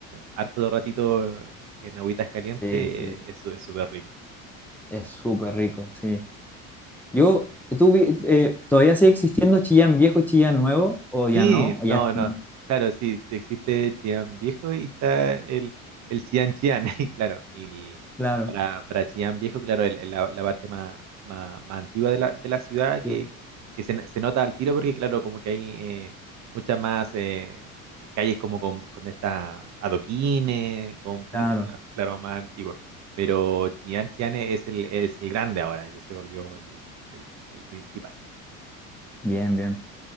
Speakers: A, on the right (about 40°); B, in the centre.
A: harto de ratito en agüitas calientes,
B: sí,
A: eh,
B: sí,
A: eso es súper rico.
B: es súper rico, sí. Yo, ¿tú vi- eh, todavía sigue existiendo Chillán Viejo y Chillán Nuevo o ya
A: Sí,
B: no?
A: no,
B: ¿O ya es como
A: no,
B: una?
A: claro, sí, sí existe Chillán Viejo y está el, el Chillán Chillán, <laughs> y claro, y el-
B: Claro,
A: para, para Chillán Viejo, claro, el- el- la, la parte más, más, más antigua de la, de la ciudad que,
B: digo,
A: que se, se nota al tiro porque, claro, como que hay eh, muchas más eh, calles como con, con esta adoquines, con un poquito
B: claro,
A: más, claro, más antiguo, pero Chillán Chillán es el, es el grande ahora, ya se volvió el, el, el principal.
B: bien, bien.